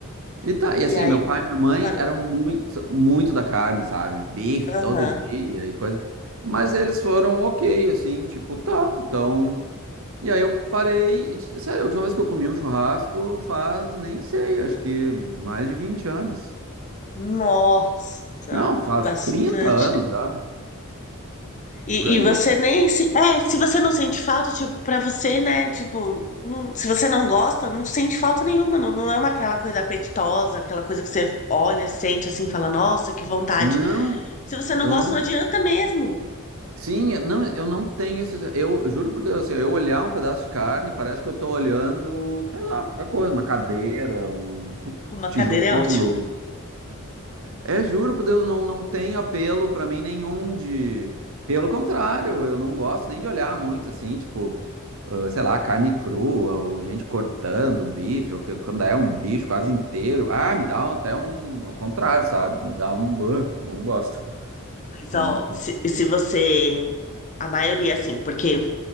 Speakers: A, on the right (about 70°); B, on the left (about 35°).
A: e tá, e assim,
B: E aí
A: meu pai e minha mãe
B: parou.
A: eram muito, muito da carne, sabe? Bife
B: Aham.
A: todo dia e coisa. Mas eles foram ok, assim, tipo, tá, então. E aí eu parei. E, t- sério, a última vez que eu comi um churrasco faz, nem sei, acho que mais de 20 anos.
B: Nossa,
A: Não, faz
B: bastante.
A: 30 anos já,
B: E,
A: por aí.
B: e você nem se. É, se você não sente falta, tipo, pra você, né? Tipo, não- se você não gosta, não sente falta nenhuma. Não, não é uma, aquela coisa apetitosa, aquela coisa que você olha, sente assim, fala, nossa, que vontade.
A: Não,
B: Se você não
A: eu
B: gosta,
A: não
B: não adianta mesmo.
A: Sim, não, eu não tenho isso. Eu juro por Deus, assim, eu olhar um pedaço de carne, parece que eu tô olhando, sei lá, qualquer coisa, uma cadeira, um <laughs>
B: Uma
A: tijolo.
B: cadeira é ótima.
A: É, é, juro por Deus, não, não tem apelo pra mim nenhum de. Pelo contrário, eu não gosto nem de olhar muito assim, tipo, ah, sei lá, carne crua, ou gente cortando bife, ou que, quando é um bicho quase inteiro. Ah, me dá até um. Ao contrário, sabe? Me dá um. ah, não gosto.
B: Mas,
A: Hum,
B: ó, se, se você. A maioria, assim, porque